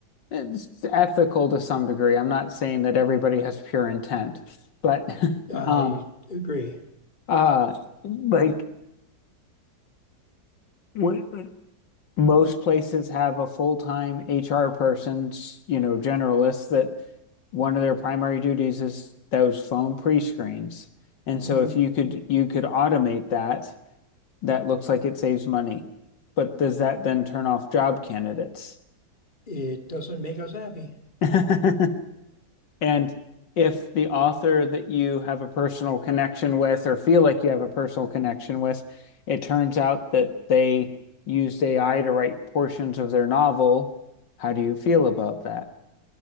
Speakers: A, on the left; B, on the left.
A: It's ethical to some degree. I'm not saying that everybody has pure intent, but <laughs>
B: I
A: um
B: agree.
A: uh like w most places have a full-time HR person, you know, generalist that one of their primary duties is those phone pre-screens. And
B: Mhm.
A: so if you could you could automate that, that looks like it saves money. But does that then turn off job candidates?
B: It doesn't make us happy.
A: <laughs> And if the author that you have a personal connection with or feel like you have a personal connection with, it turns out that they used AI to write portions of their novel, how do you feel about that?